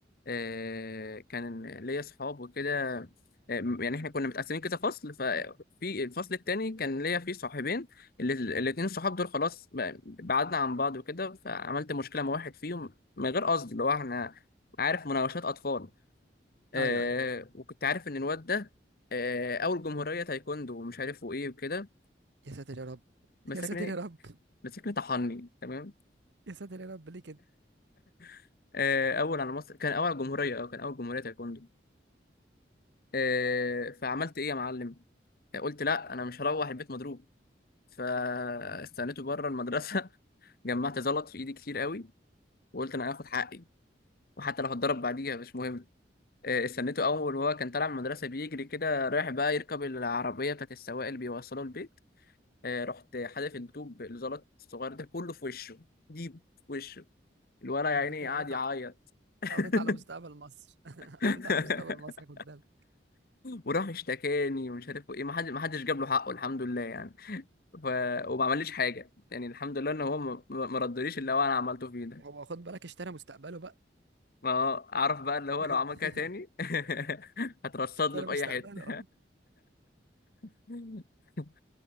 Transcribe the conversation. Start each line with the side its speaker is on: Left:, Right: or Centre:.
Left: آه، كان ليا اصحاب وكده آه، م- يعني احنا كنا متقسمين كده فصل ففي الفصل التاني كان ليا فيه صاحبين ال- الاتنين الصحاب دول خلاص ب- بعدنا عن بعض وكده فعملت مشكله مع واحد فيهم من غير قصد اللي هو احنا عارف مناوشات اطفال آه،
Right: ايوه ايوه
Left: وكنت عارف ان الواد ده آه، اول جمهوريه تايكوندو ومش عارف وايه وكده
Right: يا ساتر يا رب
Left: مسكني
Right: <laughs> يا ساتر يا رب
Left: مسكني طحني تمام
Right: يا ساتر يا رب ليه كده
Left: <laughs> آه، اول على مصر كان اول على الجمهوريه اه كان اول جمهوريه تايكوندو آه، فعملت ايه يا معلم آه، قلت لا انا مش هروح البيت مضروب فاستنيته بره المدرسه <laughs> جمعت زلط في ايدي كتير قوي وقلت انا هاخد حقي وحتى لو هتضرب بعديها مش مهم آه، استنيته اول وهو كان طالع من المدرسه بيجري كده رايح بقى يركب العربيه بتاعت السواق اللي بيوصله البيت آه، رحت حادف الطوب الزلط الصغير ده كله في وشه ديب في وشه الولد يا عيني
Right: انت كده
Left: قعد
Right: قضيت
Left: يعيط
Right: على
Left: <laughs>
Right: قضيت على مستقبل مصر <laughs>
Left: <laughs>
Right: قضيت على مستقبل مصر خد بالك
Left: وراح اشتكاني ومش عارف ايه ما حد ما حدش جاب له حقه الحمد لله يعني ف... وما عمليش حاجه يعني الحمد لله ان هو ما ما- ما ردليش اللي هو انا عملته فيه ده
Right: هو خد بالك اشترى مستقبله بقى
Left: ما هو اعرف بقى اللي هو
Right: <laughs>
Left: لو عمل كده تاني <laughs> هترصد
Right: اشترى
Left: له في
Right: مستقبله
Left: اي حته
Right: اه
Left: <laughs>